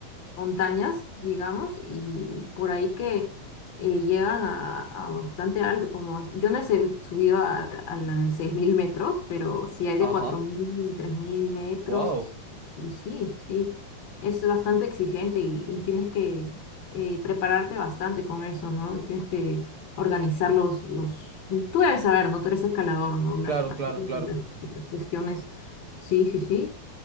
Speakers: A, on the left (about 35°); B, on the right (about 45°).
A: montañas, digamos, y por ahí que eh, llegan a, a bastante alto, como yo no he se- subido a, a la de 6.000 metros, pero sí hay
B: Ajá,
A: de 4.000 y tres mil metros,
B: wow,
A: y sí, sí, es bastante exigente y, y tienes que eh, prepararte bastante con eso, ¿no? Tienes que organizar los, los... Tú debes saber, ¿no? Tú eres escalador, ¿no?
B: claro,
A: Las zapatillas,
B: claro, claro.
A: las las cuestiones. Sí, sí, sí.